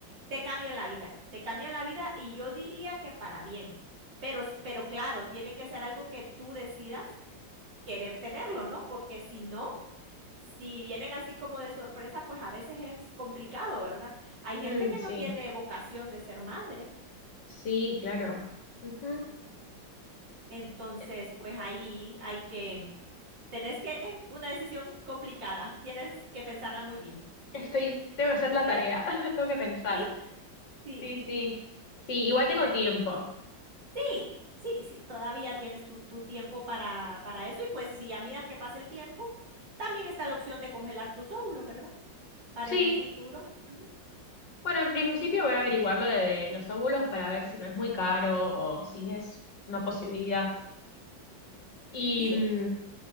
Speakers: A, on the right; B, on the left.
A: te cambian la vida, te cambian la vida y yo diría que para bien. Pero, s- pero claro, tiene que ser algo que tú decidas querer tenerlo, ¿no? Porque si no, si vienen así como de sorpresa, pues a veces es complicado, ¿verdad? Hay gente
B: mm,
A: que
B: sí,
A: no tiene vocación de ser madre.
B: sí, claro. Ujú.
A: Entonces,
B: Eh,
A: pues ahí hay que, tenés que, una decisión complicada, tienes que pensarla muy bien.
B: Estoy, tengo que hacer la tarea, <laughs> tengo que pensar.
A: Sí, sí.
B: Sí, sí. Sí, igual
A: Y
B: tengo
A: ve-
B: tiempo.
A: Sí, sí, sí, todavía tienes tu, tu tiempo para, para eso y pues si ya miras que pasa el tiempo, también está la opción de congelar tus óvulos, ¿verdad? Para
B: Sí.
A: en un futuro. ujú.
B: Bueno, en principio voy a averiguar lo de los óvulos para ver si no es muy caro o si es una posibilidad. Y,
A: Sí,
B: mm,